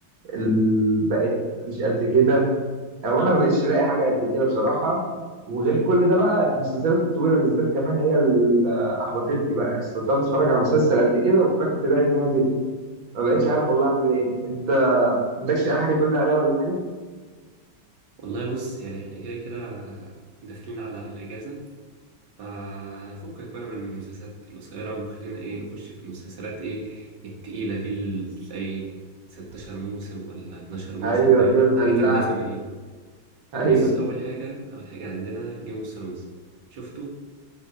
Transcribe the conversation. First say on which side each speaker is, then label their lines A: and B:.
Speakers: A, on the right (about 80°); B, on the right (about 65°).
A: ال- بقت مش قد كده او انا ما بقتش لاقي حاجه قد كده بصراحه وغير كل ده بقى المسلسلات الطويله بالذات كمان هي اللي احبطتني بقى استطعت اتفرج على مسلسل قد كده وفي الاخر تلاقي انها زفت ما بقتش عارف والله اعمل ايه انت ما عندكش اي حاجه تقول لي عليها ولا حاجه
B: والله بص يعني احنا كده كده آه، داخلين على الأجازة ففكك بقى من المسلسلات القصيرة وخلينا ايه نخش في المسلسلات ايه التقيلة دي اللي تلاقي 16 موسم ولا 12 موسم
A: ايوه
B: فاهم
A: كده دلعني
B: الحاجات الدسمة دي
A: ايوه
B: بص أول حاجة أول حاجة عندنا جيم اوف ثرونز شفته؟